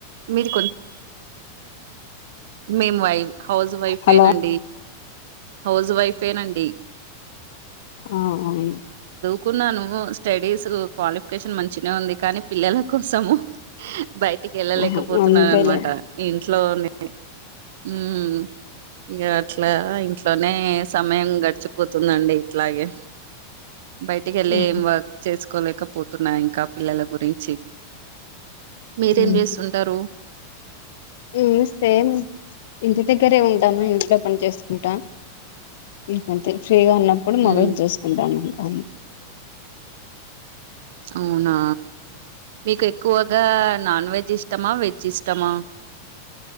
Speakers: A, on the right (about 55°); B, on the left (about 55°).
A: మీది కోం. మేము వైప్ హౌస్ వైఫేనండి.
B: హలో
A: హౌస్ వైఫేనండి.
B: ఆహ్ అవును.
A: కున్నాను స్టడీస్ క్వాలిఫికేషన్ మంచిగునే ఉంది కానీ పిల్లల కోసము. బయటికి వెళ్ళలేకపోతున్నానమాట
B: ఆహా అంతేలే
A: ఇంట్లోనే. ఉమ్ ఇంకా. ఇట్లా ఇంట్లోనే సమయం గడిచిపోతుందండి ఇట్లాగే. బయటికి వెళ్ళి
B: ఉమ్
A: ఏం వర్క్ చేసుకోలేకపోతున్నా ఇంకా పిల్లల గురించి. మీరేం
B: ఉమ్
A: చేస్తుంటారు.
B: ఉమ్ సేమ్ ఇంటి దగ్గరే ఉంటాను ఇంట్లో పని చేసుకుంటా. ఇంకంతే. ఫ్రీగా ఉన్నప్పుడు
A: హ్మ్.
B: మొబైల్ చూసుకుంటాను ఇకా.
A: అవునా మీకు ఎక్కువగా నాన్ వెజ్ ఇష్. ఇష్టమా వెజ్ ఇష్టమా.